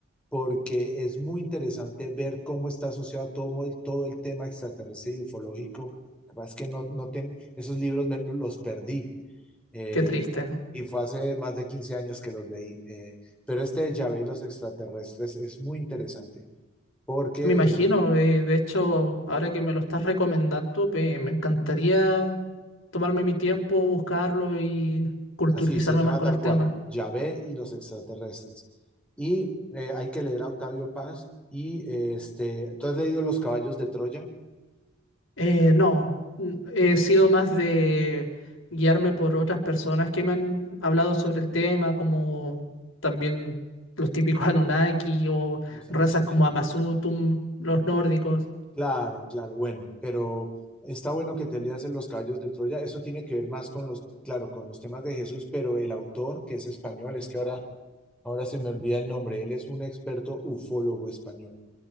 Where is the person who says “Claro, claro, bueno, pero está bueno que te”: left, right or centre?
Centre